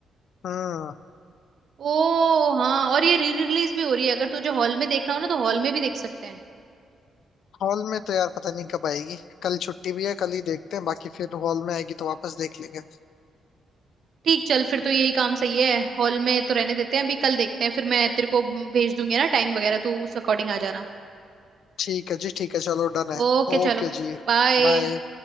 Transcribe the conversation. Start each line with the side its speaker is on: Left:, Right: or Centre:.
Left: हम्म
Right: ओ हाँ और ये री रिलीज भी हो रही है अगर तुझे हॉल में देखना हो ना तो हॉल में भी देख सकते हैं
Left: हॉल में तो यार पता नहीं कब आएगी कल छुट्टी भी है कल ही देखते हैं बाकी फिर हॉल में आएगी तो वापस देख लेंगे
Right: ठीक चल फिर तो यही काम सही है हॉल में तो रहने देते हैं अभी कल देखते हैं फिर मैं तेरे को भेज दूंगी ना टाइम वगैरह तू उस अकॉर्डिंग आ जाना
Left: ठीक है जी ठीक है चलो डन है
Right: ओके
Left: ओके
Right: चलो
Left: जी
Right: बाय
Left: बाय